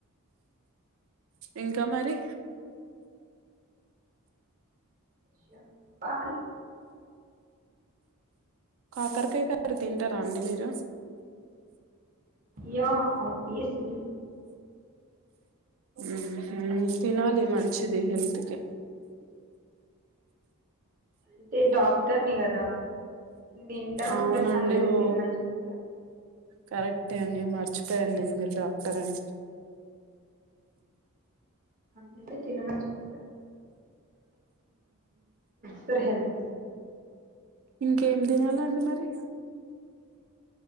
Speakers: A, on the right (about 60°); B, on the right (about 35°).
A: ఇంకా మరి
B: చెప్పాలి
A: కాకరకాయ కర్రి తింటార అండి మీరు
B: యా ఓబిఎస్లీ
A: ఉహు తినాలి మంచిది హెల్త్ కి
B: అంటే డాక్టర్ని కదా తింటాను
A: అవునండి
B: ప్లస్ అందరినీ
A: ఓ
B: తినమని చెప్తాను
A: కరెక్టే అండి మర్చిపోయాను నేను మీరు డాక్టర్ అని
B: అన్నీ తినమని చెప్తా ఫర్ హెల్త్
A: ఇంకేమ్ తినాలండి మరి